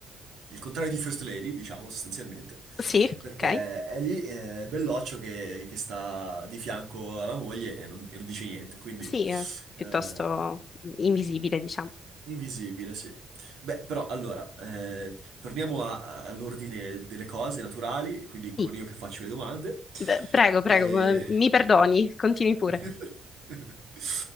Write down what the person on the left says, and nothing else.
sì,
ok.
Sì, è piuttosto
invisibile, diciamo.
Sì.
Beh, prego,
prego, eh, mi perdoni, continui pure.